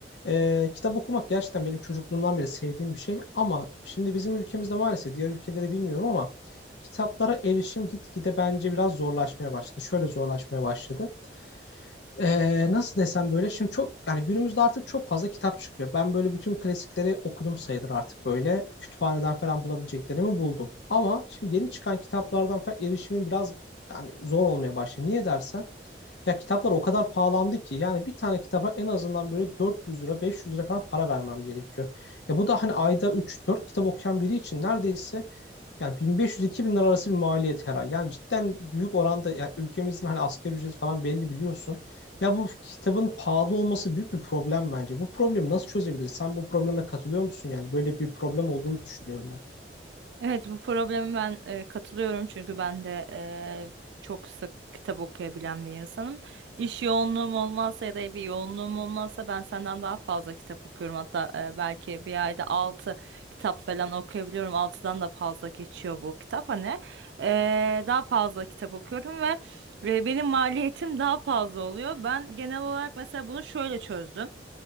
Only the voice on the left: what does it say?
E, kitap okumak gerçekten benim çocukluğumdan beri sevdiğim bir şey ama şimdi bizim ülkemizde maalesef diğer ülkeleri bilmiyorum ama kitaplara erişim gitgide bence biraz zorlaşmaya başladı. Şöyle zorlaşmaya başladı. Ee, nasıl desem böyle şimdi çok yani günümüzde artık çok fazla kitap çıkıyor. Ben böyle bütün klasikleri okudum sayılır artık böyle kütüphaneden falan bulabileceklerimi buldum. Ama şimdi yeni çıkan kitaplardan falan erişimi biraz yani zor olmaya başladı. Niye dersen ya kitaplar o kadar pahalandı ki yani bir tane kitaba en azından böyle 400 lira 500 lira falan para vermem gerekiyor. E bu da hani ayda üç dört kitap okuyan biri için neredeyse yani 1500-2000 lira arası bir maliyet her ay. Yani cidden büyük oranda yani ülkemizin hani asgari ücreti falan belli biliyorsun. Ya bu kitabın pahalı olması büyük bir problem bence. Bu problemi nasıl çözebiliriz? Sen bu probleme katılıyor musun yani? Böyle bir problem olduğunu düşünüyorum ben.